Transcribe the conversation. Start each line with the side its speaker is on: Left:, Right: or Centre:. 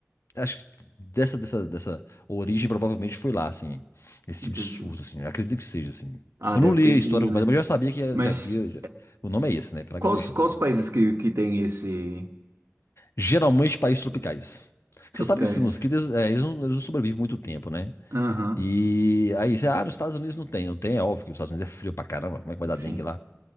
Left: acho que dessa, dessa, dessa origem provavelmente foi lá, assim, esse tipo
Right: Entendi.
Left: de surto, assim, eu acredito que seja, assim.
Right: Ah,
Left: Eu
Right: deve
Left: não li
Right: ter vindo,
Left: a história completa,
Right: né?
Left: mas eu já sabia que
Right: Mas
Left: já havia, já- o nome é esse, né? Praga
Right: quais,
Left: do Egito,
Right: quais
Left: assim.
Right: países que, que tem esse
Left: Geralmente países tropicais.
Right: tropicais?
Left: Você sabe que esses mosquitos, é, eles não, eles não sobrevivem muito tempo, né?
Right: Aham,
Left: E aí você, ah, nos Estados Unidos não tem, não tem, é óbvio que os Estados Unidos é frio pra caramba, como é que vai dar
Right: sim,
Left: dengue lá?